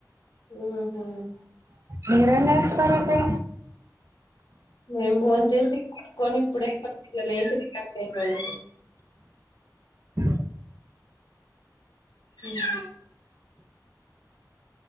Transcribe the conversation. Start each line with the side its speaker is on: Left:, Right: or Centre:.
Left: ఉహూ.
Right: మీరేం చెస్తారండి.
Left: మేం భోన్ చేసి కొని ఇప్పుడే బ లేసి ఇట్ వచ్చినమండి.
Right: ఆహ్
Left: ఉమ్.